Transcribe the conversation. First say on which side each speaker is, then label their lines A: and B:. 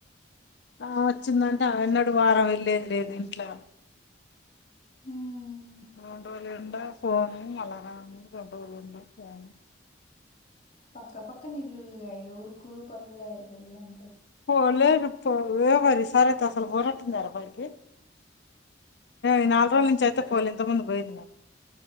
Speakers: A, on the left (about 60°); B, on the left (about 40°).
A: ఆ వచ్చిందంటే అ ఎన్నడుూ వారం వెళ్ళేది లేదు ఇంట్లో
B: మ్మ్
A: రూండ వలి ఉండ ఫోను మలరా చూండ వలి ఉండ ఫోను
B: పక్క పక్క నిల్లుల్గా ఈక ఉరుకులు పరుగుడ అయిదది అంత
A: పోలేదు పో వేవరి ఈ సారి అయితే అసలు పోయినాదబ్బా విలికి ఈ నాలుగు రోజుల నుంచి అయితే పోలే ఇంత ముందు పోయింది.